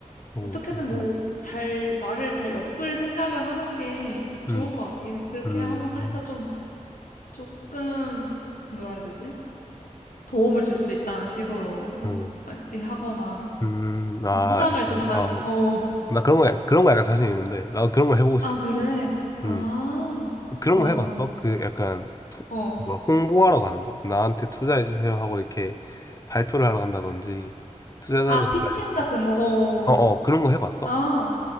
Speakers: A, on the left; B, on the left.
A: 어,
B: 어떻게든
A: 그렇구나.
B: 뭐 잘 말을 잘 엮을 생각을 하는 게 좋을
A: 음,
B: 것 같긴 해. 그렇게
A: 음,
B: 하- 해서 좀 조금 뭐라 해야 되지? 도움을 줄 수 있다는 식으로 그-
A: 어,
B: 아니, 하거나
A: 음, 아,
B: 좀 포장을
A: 약간,
B: 좀 잘,
A: 어,
B: 어.
A: 나 그런 거, 약- 그런 거 약간 자신 있는데, 나도 그런 걸 해보고
B: 아,
A: 싶어.
B: 그래? 아,
A: 음, 그런
B: 맞아.
A: 거 해봤어? 그 약간, 투,
B: 어.
A: 뭐라, 홍보하러 가는 거. 나한테 투자해주세요 하고 이렇게 발표를 하러 간다든지, 투자자를,
B: 아, 피칭
A: 약간-
B: 같은 거, 어.
A: 어, 어, 그런 거 해봤어?
B: 아,